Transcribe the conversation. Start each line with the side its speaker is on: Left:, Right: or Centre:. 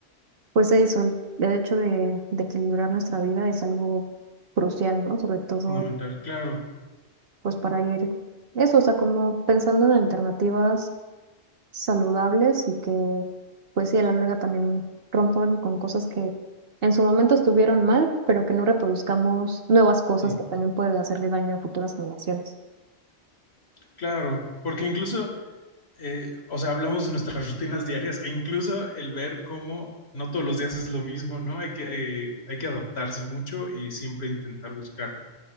Right: pues eso, el, el hecho de, de equilibrar nuestra vida es algo crucial, ¿no? Sobre todo,
Left: fundamental, claro,
Right: pues para ir, eso, o sea, como pensando en alternativas saludables y que, pues sí, a la larga también rompan con cosas que en su momento estuvieron mal, pero que no reproduzcamos nuevas cosas
Left: sí,
Right: que también pueden hacerle daño a futuras generaciones.
Left: claro, porque incluso, eh, o sea, hablamos de nuestras <laughs> rutinas diarias e incluso el ver cómo no todos los días es lo mismo, ¿no? Hay que, eh, hay que adaptarse mucho y siempre intentar buscar